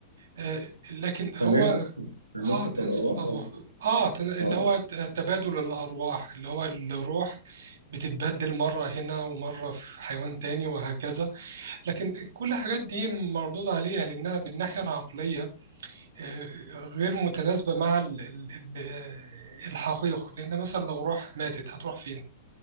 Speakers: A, on the right; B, on the right.
A: آه، لكن هو
B: فتناسخ تناسخ
A: اه تنسخ
B: الأرواح
A: الأرواح
B: ولا
A: اه تن... اللي
B: اه آه.
A: هو ت- تبادل الأرواح اللي هو الروح بتتبدل مرة هنا ومرة في حيوان تاني وهكذا لكن كل الحاجات دي مردود عليها لأنها بالناحية العقلية آه، غير متناسبة مع ال- ال- ال- آه، الحقيقة لأن مثلا لو روح ماتت هتروح فين؟